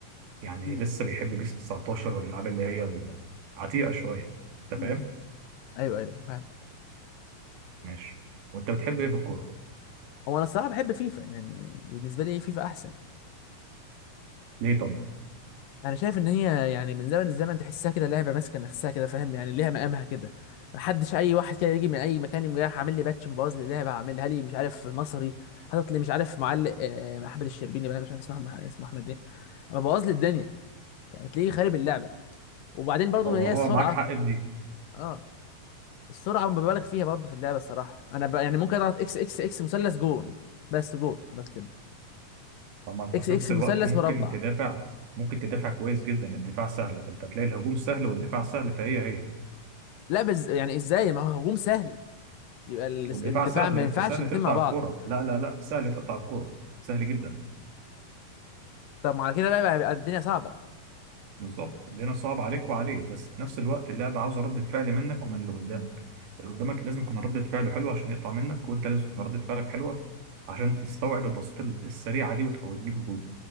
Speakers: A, on the right (about 85°); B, on the left (about 75°).
A: يعني
B: مم.
A: لسه بيحب بيس 19 والالعاب اللي هي العتيقه شويه انت
B: مم.
A: فاهم؟
B: ايوه ايوه فاهم
A: ماشي وانت بتحب ايه في الكوره؟
B: هو انا الصراحه بحب فيفا يعني بالنسبه لي فيفا احسن
A: ليه طب؟
B: انا شايف ان هي يعني من زمن الزمن تحسها كده لعبه ماسكه نفسها كده فاهم يعني ليها مقامها كده ما حدش اي واحد كده يجي من اي مكان يقوم جاي عامل لي باتش مبوظ لي اللعبه عاملها لي مش عارف مصري حاطط لي مش عارف معلق آه، احمد الشربيني بقى مش عارف اسمه أحمد- اسمه احمد ايه بوظ لي الدنيا هتلاقيه خارب اللعبه وبعدين برضو
A: هو
B: هي
A: اه
B: السرعه
A: معاك حق في دي
B: اه السرعه مبالغ فيها برضه في اللعبه الصراحه انا ب... يعني ممكن اضغط اكس اكس اكس مثلث جون بس جون خلاص كده
A: طب ما انت
B: اكس
A: في
B: اكس
A: نفس
B: مثلث
A: الوقت ممكن
B: مربع
A: تدافع ممكن تدافع كويس جدا الدفاع سهل فانت هتلاقي الهجوم سهل والدفاع سهل فهي هي
B: لا بز... يعني ازاي ما هو هجوم سهل يبقى ال-
A: والدفاع
B: الدفاع
A: سهل
B: ما
A: انت
B: ينفعش
A: سهل
B: الاتنين
A: تقطع
B: مع بعض
A: الكرة لا لا لا سهل تقطع الكرة سهل جدا
B: طب ما على كده بقى يبقى الدنيا صعبه
A: بالظبط الدنيا صعب عليك وعليه بس في نفس الوقت اللعبة عاوزة ردة فعل منك ومن اللي قدامك اللي قدامك لازم يكون ردة فعله حلوة عشان يقطع منك وانت لازم يكون ردة فعلك حلوة عشان تستوعب البساطة السريعة دي وتحاول تجيب الجول